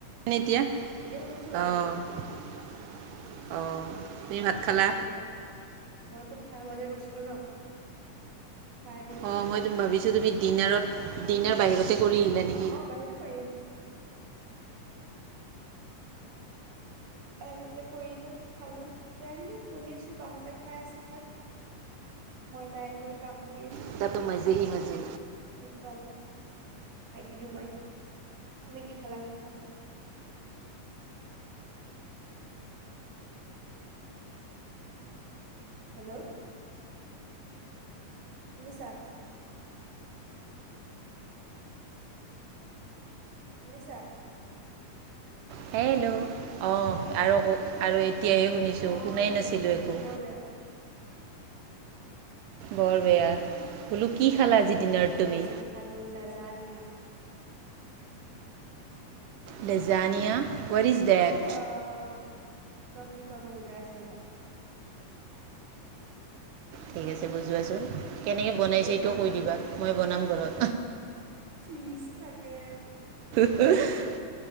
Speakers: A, on the right; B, on the right.
A: এতিয়া
B: এতিয়া শুনিছো বাৰু।
A: অঁ অঁ। তুমি ভাত খালা
B: নেটৱৰ্ক মইতো খাবলৈ গৈছিলো ন। খাই আহিলো
A: অঁ মই ভাবিছোঁ তুমি ডিনাৰত, ডিনাৰ বাহিৰতে কৰি আহিলা নেকি।
B: অ' বাহিৰতে কৰি আহিলো। বাহিৰতে কৰিলো খালো তেতিয়া আহিলো কৰি আছো বাহতে খাই আছো ভাত। মই তাইৰ হৈ কাম কৰি আছো।
A: এ' তাটো মাজে হি মাজে
B: একদম খাই দিলো মই তুমি কি খালা ভাটো। হেল্লৌ' শুনিছা। শুনিছা।
A: হেল্লৌ' অঁ আৰু কক। আৰু এতিয়াহে শুনিছোঁ
B: অ
A: শুনাই নাছিলোঁ
B: নেটৱৰ্কটো
A: একো।
B: যে বৰ বেয়া
A: বৰ বেয়া বোলো কি খালা আজি? ডিনাৰত
B: মই
A: তুমি
B: আজি খালো নাজান ইয়া।
A: লেজানিয়া। হোৱাট ইজ
B: সিটো
A: ডেট
B: অঁ কিবা বুলি কয় মই বুজাই আছো ৰবা।
A: ঠিক আছে বুজোৱাচোন। কেনেকে বনাইছে
B: এই
A: এইটোও
B: মাজত
A: কৈ দিবা মই বনাম ঘৰত।
B: চিজ থাকে।
A: <unintelligible>